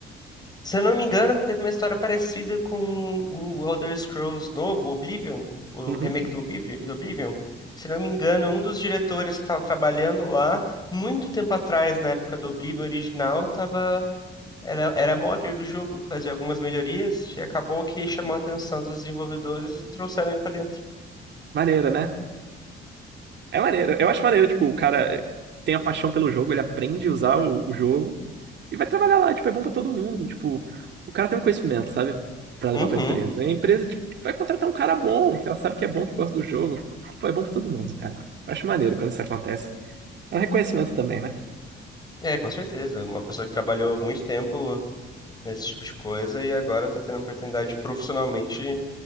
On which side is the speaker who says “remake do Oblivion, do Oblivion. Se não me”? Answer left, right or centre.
Left